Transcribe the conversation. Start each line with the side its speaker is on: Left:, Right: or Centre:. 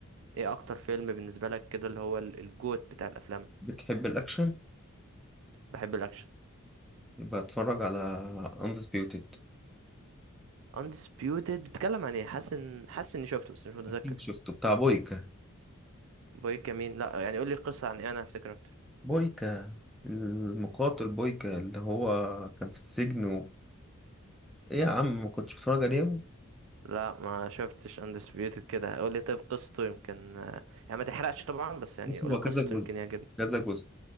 Right: ايه اكتر فيلم بالنسبه لك كده اللي هو ال- الجوت بتاع الافلام
Centre: بتحب الاكشن
Right: بحب الاكشن
Centre: يبقى اتفرج على اندسبيوتد
Right: Undisputed بتتكلم عن ايه حاسس ان حاسس اني شفته بس مش متذكر
Centre: اكيد شفته بتاع بويكا
Right: بوي كمين لا يعني قول لي القصه عن ايه انا هفتكر اكتر
Centre: بويكا المقاتل بويكا اللي هو كان في السجن و... ايه يا عم ما كنتش بتفرج عليه
Right: لا ما شفتش اندسبيوتد كده قول لي طيب قصته يمكن يعني ما تحرقش طبعا بس يعني
Centre: بس
Right: قول
Centre: هو
Right: لي قصته
Centre: كذا جزء
Right: يمكن يعجبني
Centre: كذا جزء